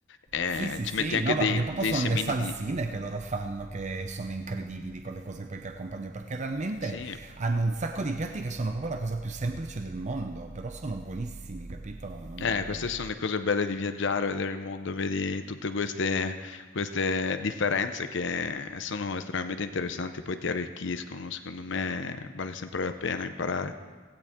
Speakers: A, on the left (about 65°); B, on the right (about 40°).
A: eh,
B: Sì, sì,
A: ci
B: sì,
A: metti anche
B: no, ma
A: dei,
B: perché proprio
A: dei
B: sono
A: semini
B: le salsine
A: di...
B: che loro fanno che sono incredibili con le cose poi che accompagno, perché realmente
A: Sì,
B: hanno un sacco di piatti che sono proprio la cosa più semplice del mondo, però sono buonissimi, capito? Non...
A: eh, queste sono le cose belle di viaggiare, vedere il mondo, vedi tutte queste, queste differenze che sono estremamente interessanti, poi ti arricchiscono, secondo me vale sempre la pena imparare.